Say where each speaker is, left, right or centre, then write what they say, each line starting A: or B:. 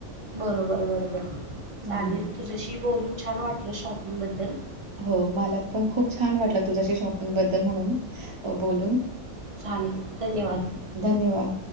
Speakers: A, on the right; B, on the right.
A: बरोबर बरोबर
B: हो.
A: चालेल तुझ्याशी बोलून छान वाटलं शॉपिंग बद्दल
B: हो मला पण खूप छान वाटलं तुझ्याशी शॉपिंग बद्दल म्हणून बोलून..
A: चालेल धन्यवाद
B: ओके. धन्यवाद